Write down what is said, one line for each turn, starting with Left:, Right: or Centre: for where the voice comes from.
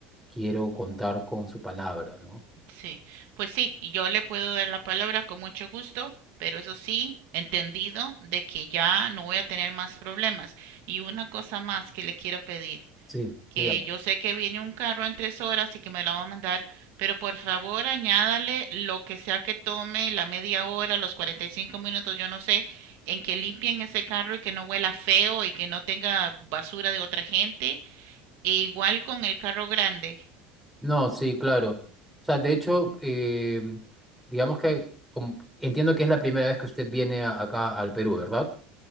Centre: quiero contar con su palabra, ¿no?
Right: Sí, pues sí, y yo le puedo dar la palabra con mucho gusto, pero eso sí, entendido de que ya no voy a tener más problemas. Y una cosa más que le quiero pedir,
Centre: Sí,
Right: que
Centre: dígame.
Right: yo sé que viene un carro en tres horas y que me lo va a mandar, pero por favor añádale lo que sea que tome, la media hora, los 45 minutos, yo no sé, en que limpien ese carro y que no huela feo y que no tenga basura de otra gente. E igual con el carro grande,
Centre: No, sí, claro. O sea, de hecho, eh, digamos que como- entiendo que es la primera vez que usted viene a- acá al Perú, ¿verdad?